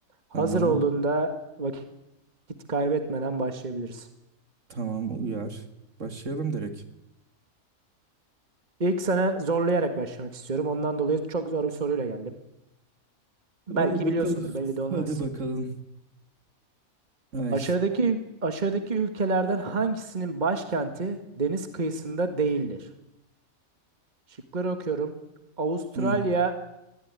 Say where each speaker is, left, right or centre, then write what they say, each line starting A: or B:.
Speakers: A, on the right; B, on the right.
A: Hazır
B: Tamam.
A: olduğunda vakit kaybetmeden başlayabiliriz.
B: Tamam uyar. Başlayalım direkt.
A: İlk sana zorlayarak başlamak istiyorum. Ondan dolayı çok zor bir soruyla geldim. Belki
B: Hadi bakalım.
A: biliyorsundur, belli de olmaz.
B: Hadi bakalım. Ay.
A: Aşağıdaki aşağıdaki ülkelerden hangisinin başkenti deniz kıyısında değildir? Şıkları okuyorum. Avustralya,
B: Hı.